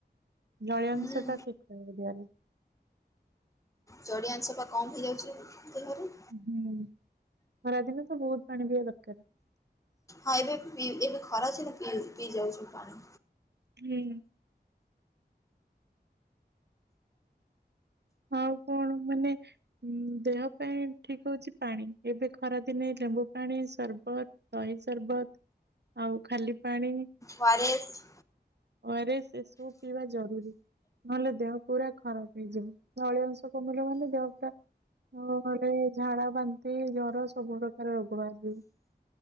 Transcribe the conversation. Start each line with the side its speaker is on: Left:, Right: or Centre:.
Right: ଜଳିଆ
Left: ହୁଁ
Right: ଅଂଶ ଟା ଠିକ୍ <unintelligible>
Left: ଜଳିଆଅଂଶ ଟା କମ ହେଇଯାଉଛି ଦେହରୁ।
Right: ହୁଁ ଖରାଦିନ ତ ବହୁତ ପାଣି ପିଇବା ଦରକାର।
Left: ହଁ ଏବେ ଏବେ ଖରା ଦିନ ପିଇ ଯାଉଛି ପାଣି।
Right: ହୁଁ। ହଁ ଆଉ କଣ ମାନେ? ଉଁ ଦେହ ପାଇଁ ଠିକ୍ ହଉଛି ପାଣି ଏବେ ଖରାଦିନେ ଲେମ୍ବୁ ପାଣି ସରବତ। ଦହି ସରବତ ଆଉ ଖାଲି ପାଣି।
Left: ୱାରେସ।
Right: ୱାରେସ ସେସବୁ ପିଇବା ଜରୁରୀ ନହେଲେ ଦେହ ପୁରା ଖରାପ ହେଇଯିବ। ଜଳୀୟଅଂଶ କମିଲେ ମାନେ ଦେହ ପୁରା ଖରାପ। ହ ଗୋଟେ ଝାଡା ବାନ୍ତି ଜର ସବୁ ପ୍ରକାର ରୋଗ ପାଆନ୍ତି।